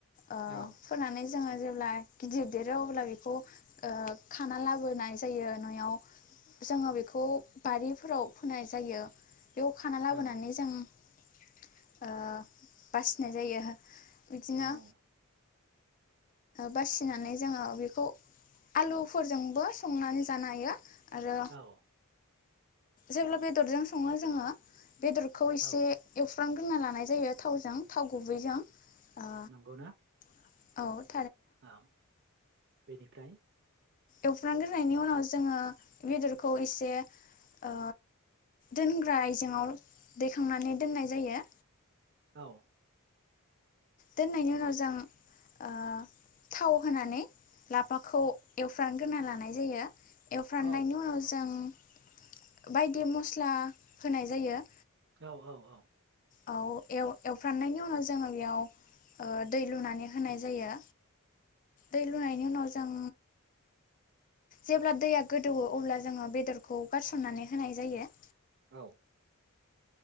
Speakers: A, on the left; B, on the right.
A: ओ
B: औ
A: फोनानै जोङो जेब्ला गिदिर देरो अब्ला बेखौ ओ खाना लाबोनाय जायो न'आव जोङो बेखौ। बारिफोराव फोनाय जायो। बेयाव खाना लाबोनानै
B: औ
A: जों। ओ बासिनाय जायो। बिदिनो
B: औ
A: बासिनानै जोङो बेखौ। आलुफोरजोंबो संनानै जानो हायो। आरो
B: औ
A: जेब्ला बेदरजों सङो जोङो। बेदरखौ एसे
B: औ
A: एवफ्रा म ग्रोना लानाय जायो थावजों थाव गुबैजों ओ
B: नंगौना
A: <unintelligible>
B: औ बेनिफ्राय
A: एवफ्रानग्रोनायनि उनाव जोंङो बेदरखौ एसे ओ दोनग्रा आयजेेंआव दैखांनानै दोननाय जायो
B: औ
A: दोननायनि उनाव जों ओ थाव होनानै लाफाखौ एवफ्रानग्रोना लानाय जायो एवफ्राननायनि
B: औ
A: उनाव जों बायदि मस्ला होनाय जायो
B: औ औ औ
A: औ एल एवफ्रामनायनि उनाव जोंङो बेयाव ओ दै लुनानै होनाय जायो दै लुनायनि उनाव जों जेब्ला दैया गोदौवो अब्ला जोंङो बेदरखौ गारसननानै होनाय जायो
B: औ